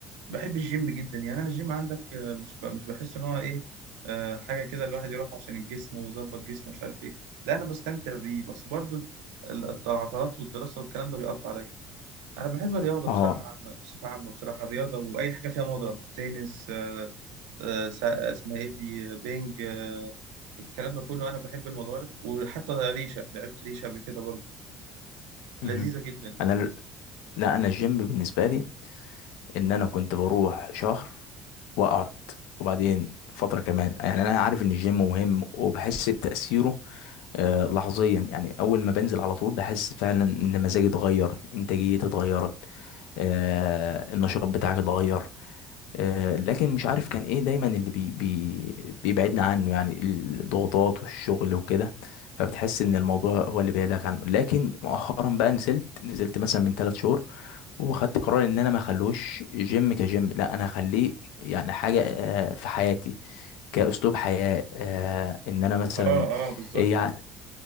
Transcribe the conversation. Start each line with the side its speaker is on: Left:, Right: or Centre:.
Right: بحب الجيم جدا يعني أنا الجيم عندك آه، مش ب- مش بحس إن هو إيه آه، حاجة كده الواحد يروح عشان الجسم ويظبط جسمه مش عارف إيه لا أنا بستمتع بيه بس برضو ال- الت- العطلات والدراسة والكلام ده بيقطع عليا أنا بحب الرياضة
Left: اه
Right: بصراحة عامة بصفة عامة بصراحة الرياضة وأي حاجة فيها مضرب تنس آه، آه، سا- اسمها ايه دي بينج آه، الكلام ده كله انا بحب المضارب وحتى ريشه لعبت ريشه قبل كده برضه
Left: مهم.
Right: لذيذه جدا
Left: انا ل- لا انا الجيم بالنسبه لي ان انا كنت بروح شهر واقعد وبعدين فتره كمان يعني انا عارف ان الجيم مهم وبحس بتاثيره آه لحظيا يعني اول ما بنزل على طول بحس فعلا ان مزاجي اتغير انتاجيتي اتغيرت آه النشاط بتاعك اتغير آه، لكن مش عارف كان ايه دايما اللي بي بي بيبعدنا عنه يعني الضغوطات والشغل وكده فبتحس ان الموضوع هو اللي بعيدك عنه لكن مؤخرا بقى نزلت نزلت مثلا من ثلاث شهور وخدت قرار ان انا ما اخلوش جيم كجيم لا انا اخليه يعني حاجة آه، في حياتي كأسلوب حياة آه، ان انا مثلا
Right: اه اه بالظبط
Left: يعني